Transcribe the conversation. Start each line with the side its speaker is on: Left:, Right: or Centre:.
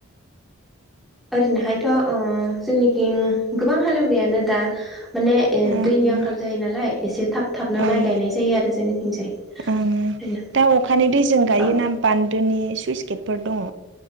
Centre: ओरैनोहायथ' ओ जोंनिखिं गोबां हालेवनायानो दा। माने ए
Right: ओं
Centre: दैनि आंखाल जायो नालाय एसे थाब थाबनो माइ
Right: ओं
Centre: गायनाय जायो आरो जोंनिथिंजाय।
Right: ओं
Centre: ओरैनो
Right: दा अखानि दैजों गायोना
Centre: औ
Right: बान्दोनि सुइस गेट। फोर दङ।